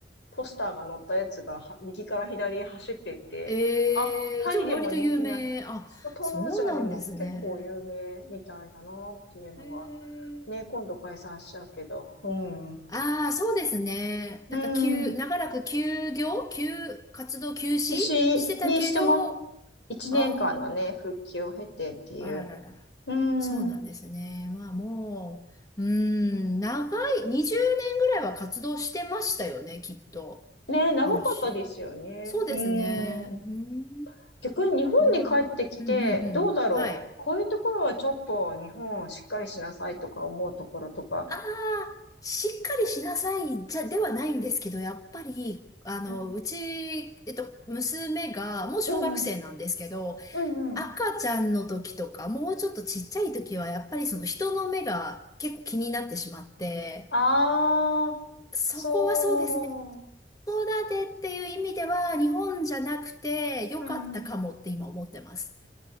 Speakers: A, on the left; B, on the left.
A: ポスターが載ったやつがは右から左へ走ってって、
B: ええ、
A: あ、タイでも人気な、
B: じゃあ、割と有名、あ、
A: そう東南アジアでも結構有名みたいだなっていうのは、
B: そうなんですね。へえ。
A: ね、今度解散しちゃうけど。うん。
B: ああ、そうですね。
A: うん。
B: なんか、休、長らく休業、休、活動休止
A: 私にしても
B: してたけど、
A: 1年間のね、
B: あ
A: 復帰を経てっていう。
B: あ、あらららら。
A: うん。
B: そうなんですね。まあもう、うーん、長い、20年ぐらいは活動してましたよね、きっと。
A: ね、長かったですよね。
B: 嵐。そうですね。
A: うん。
B: うん、
A: 逆に日本に帰ってきて、
B: いやー、うん、うん、うん。
A: どうだろう。
B: はい。
A: こういうところはちょっと日本をしっかりしなさいとか思うところとか。
B: ああ、しっかりしなさい、じゃ、ではないんですけど、やっぱり、あの、
A: うん
B: うち、えっと、娘が、もう小学生なんですけど、
A: うん。うんうん。
B: 赤ちゃんの時とか、もうちょっとちっちゃい時は、やっぱりその人の目が結構気になってしまって、
A: ああ、
B: そこはそうですね。
A: そう。
B: 子育てっていう意味では、日本じゃなくて良かったかもって今思ってます。
A: うんうん。